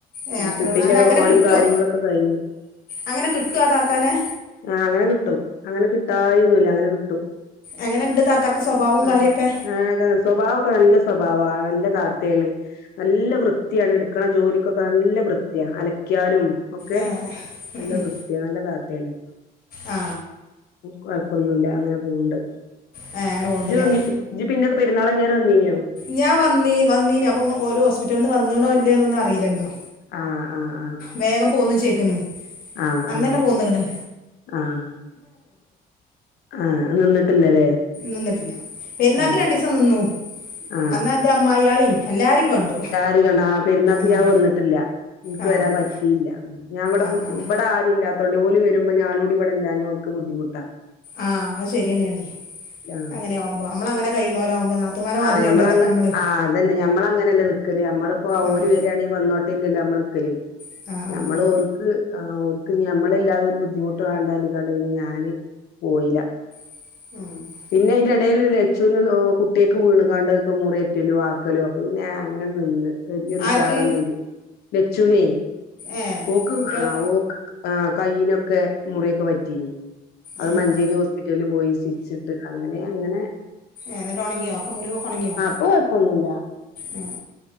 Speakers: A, on the left (about 60°); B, on the left (about 75°).
A: ഏ
B: ഉം
A: അത്രേ
B: കുട്ടിന്റെ
A: ഉള്ളൂ അല്ല അങ്ങനെ
B: ഓളെമ്
A: കിട്ടുമോ
B: കാര്യങ്ങളൊക്കെ കഴിഞ്ഞ്
A: അങ്ങനെ കിട്ടുമോ ആ താത്താനെ
B: ആഹ് അങ്ങനെ കിട്ടും അങ്ങനെ കിട്ടായൊന്നുല്ല അങ്ങനെ കിട്ടും
A: എങ്ങനുണ്ട് താത്താക്ക് സ്വഭാവോം
B: ആഹ്
A: കാര്യൊക്കെ
B: ആഹ് അതാ സ്വഭാവൊക്കെ നല്ല സ്വഭാവ നല്ല താത്തേണ് നല്ല വൃത്തിയാണ് എടുക്കണ ജോലിക്കൊക്കെ നല്ല വൃത്തിയ അലക്കിയാലും ഒക്കെ
A: ഏ, ഉം,
B: നല്ല
A: ഉം.
B: വൃത്തിയാ നല്ല താത്തയാണ്
A: ആ
B: കൊയപ്പൊന്നുല്ല അങ്ങനെ പോവണ്ട്
A: ഏ, അങ്ങനെ പോകണ്ടല്ലേ
B: ജ്ജ് ജ്ജ് പിന്നെ പെരുന്നാള് കഴിഞ്ഞേരം വന്നീനിയോ
A: ഞാൻ വന്നി വന്നീന് അപ്പം ഓല് ഹോസ്പിറ്റലിൽന്ന് വന്നീണോ ഇല്ലേ എന്നൊന്നറിയില്ലല്ലോ
B: ആഹ് ആഹ് ആഹ്
A: വേഗം പോന്ന് ചെയ്തേണ്
B: ആഹ്
A: അന്നന്നെ പോന്നിങ്ങട്
B: ആഹ് ആഹ് നിന്നിട്ടില്ലല്ലേ
A: നിന്നിട്ടില്ല പെരുന്നാക്ക്
B: ആഹ്
A: രണ്ടീസം നിന്നു
B: ആഹ്
A: അന്നാ ൻ്റെ അമ്മായി ആളേം എല്ലാരേം കണ്ടു
B: <unintelligible> ആഹ് പെരുന്നാക്ക്
A: ആ
B: ഞാൻ വന്നിട്ടില്ല എനിക്ക്
A: ആഹ്
B: വരാൻ പറ്റിയില്ല ഞാൻ ഇവടെ
A: ആഹ് ആഹ്
B: ഇവടെ ആരൂല്ലാത്തോണ്ട് ഓല് വരുമ്പോ ഞാനൂടി ഇവിടെ ഇല്ലാഞ്ഞ ഓല്ക്ക് ബുദ്ധിമുട്ടാ
A: ആഹ് അത് ശരിയന്നെയാണേ
B: ആഹ്
A: അങ്ങനെയവുമ്പോ അമ്മളങ്ങനെ കഴിയണോരാവുമ്പോ നാത്തൂമ്മാര മാതിരിയല്ലല്ലോ
B: ആഹ് ഞമ്മളങ്ങ
A: പ്പ മ്മള്
B: ആഹ് അതന്നെ ഞമ്മളങ്ങനെയല്ലേ നിക്കല് അമ്മളിപ്പോ
A: ആഹ്
B: ഓല് വരിയാണെങ്കി വന്നോട്ടല്ലല്ലേ നമ്മള് നിക്കല്
A: ആഹ്
B: ഞമ്മള്
A: ആഹ്
B: ഓല്ക്ക് ഓല്ക്ക് മ്മളല്ലാതൊരു ബുദ്ധിമുട്ട് വേണ്ടാലാണ്ട് പിന്നെ ഞാന് പോയില
A: <inaudible>
B: പിന്നെ അയിന്റെ എടേൽ ലച്ചു ന് കുട്ടിയക്ക് വീണുങ്ങാണ്ട് മുറിയേറ്റലോ ആക്കലോ ങേ അങ്ങനെ ഒന്നുമില്ല നിന്ന് വല്യൊരു
A: ആർക്ക്
B: ഉഷാറന്നില്ലേ ലച്ചൂനെ
A: ഏഹ്
B: ഓക്ക്
A: കുട്ടികളെ
B: ങേ ഓക്ക് കൈയ്യിനൊക്കെ മുറിയൊക്കെ പറ്റീനി അത്
A: ആഹ്
B: മഞ്ചേരി ഹോസ്പിറ്റലില് പോയി സ്റ്റിച്ചിട്ട് അങ്ങനെ അങ്ങനെ
A: എന്നിട്ടൊണങ്ങിയോ ഓക്ക് മുറിവൊക്കെ ഒണങ്ങിയോ
B: ഓ ഇപ്പൊ കൊഴപ്പോന്നൂല്ല
A: ഉം